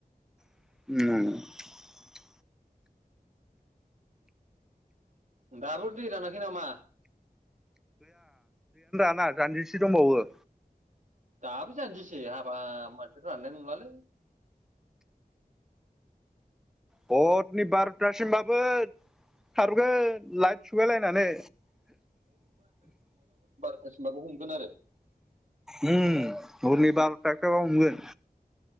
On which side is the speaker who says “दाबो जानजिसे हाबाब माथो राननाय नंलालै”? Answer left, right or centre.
Right